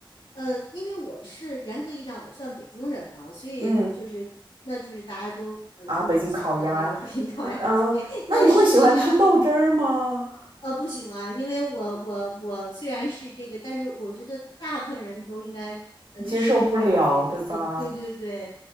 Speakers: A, on the left; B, on the right.
A: 呃，因为我是严格意义上我算北京人嘛，所以就是那就是大家都耳熟能详的那个北京烤鸭对，
B: 嗯啊，北京烤鸭呀，嗯、
A: <laughs>
B: 那你会喜欢吃豆汁儿吗？
A: 但实际上呃不喜欢，因为我我我虽然是这个，但是我觉得大部分人都应该呃适用不了这个，
B: 接受不了，对吧？
A: 呃对对对，